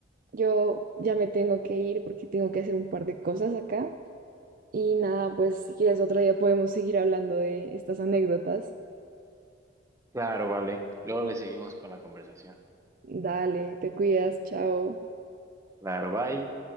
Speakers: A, on the right (about 45°); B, on the right (about 15°).
A: yo ya me tengo que ir porque tengo que hacer un par de cosas acá. Y nada, pues si quieres otro día podemos seguir hablando de estas anécdotas.
B: claro, vale. Luego le seguimos con la conversación.
A: Dale, te cuidas, chao.
B: Claro, bye.